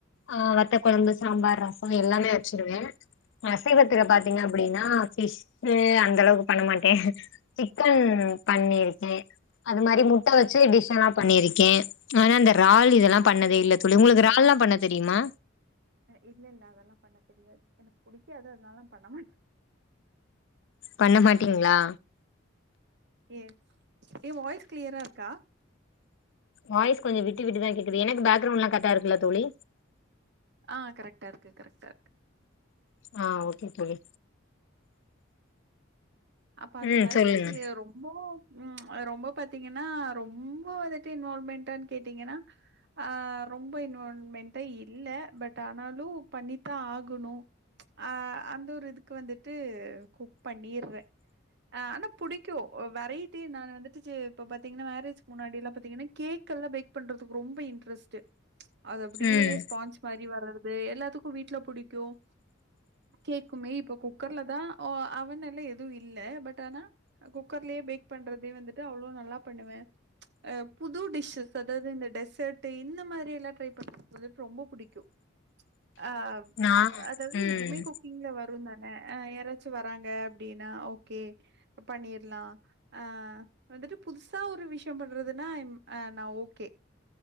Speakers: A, on the left; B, on the right.
A: ஆ வத்த கொழம்பு சாம்பார் ரசோ எல்லாமே வச்சுருவே அசைவத்துல பாத்தீங்க அப்டின்னா பிஷ் எ அந்த அளவுக்கு பண்ண மாட்டேன் சிக்கன் பண்ணிருக்கேன் அது மாரி முட்ட வச்சு டிஷ் எல்லாம் பண்ணிருக்கேன் ஆனா அந்த இறால் இதெல்லாம் பண்ணதே இல்ல தோழி உங்களுக்கு இறால் எல்லாம் பண்ண தெரியுமா
B: இல்ல இல்ல அதெல்லாம் பண்ண தெரியாது எனக்கு புடிக்காது அதனால பண்ண மாட்டேன்
A: பண்ண மாட்டீங்களா
B: எஸ் ஏ வாய்ஸ் கிளயரா இருக்கா
A: வாய்ஸ் கொஞ்சம் விட்டு விட்டு தான் கேக்குது எனக்கு பேக்ரவுண்ட்ல்லாம் கரெக்டா இருக்குல்ல தோழி
B: ஆ கரெக்டா இருக்கு கரெக்டா இருக்கு.
A: ஆ ஓகே தோழி
B: அப்ப அந்த
A: ம்
B: மாரி
A: சொல்லுங்க
B: ரொம்போ ம் அது ரொம்ப பாத்தீங்கன்னா ரொம்ப வந்துட்டு இன்வால்வ்மென்டான்னு கேட்டீங்கன்னா ஆ ரொம்ப இன்வால்வ்மெண்டா இல்ல பட் ஆனாலும் பண்ணித்தான் ஆகணும். அ அந்த ஒரு இதுக்கு வந்துட்டு குக் பண்ணிறேன். ஆ ஆனா புடிக்கும் வெரைட்டி நான் வந்துட்டுச்சு இப்ப பாத்தீங்கன்னா மேரேஜ் முன்னாடி எல்லாம் பாத்தீங்கன்னா கேக் கேக்கல்லாம் பேக் பண்றதுக்கு ரொம்ப இன்ட்ரஸ்ட்டு அது அப்டியே
A: ம்
B: ஸ்பான்ச் மாரி வர்றது எல்லாத்துக்கும் வீட்ல புடிக்கும். கேக்குமே இப்ப குக்கர்ல தான் அ அவன்ல்ல எது வும் இல்ல பட் ஆனா குக்கர்லயே பேக் பண்றதே வந்துட்டு அவ்ளோ நல்லா பண்ணுவேன். அ புது டிஷ்ஸ் அதாவது இந்த டெசர்ட்ட் இந்த மாரி எல்லாம் ட்ரை பண்றது வந்துட்டு ரொம்ப புடிக்கும். ஆ
A: நா
B: அதாவது
A: ம்
B: இதுவுமே குக்கிங்ல வரும் தானே ஆ யாராச்சும் வராங்க. அப்டின்னா ஓகே அப்போ பண்ணிர்லா அ வந்துட்டு புதுசா ஒரு விஷயம் பண்றதுன்னா ஐ அம் அ நான் ஓகே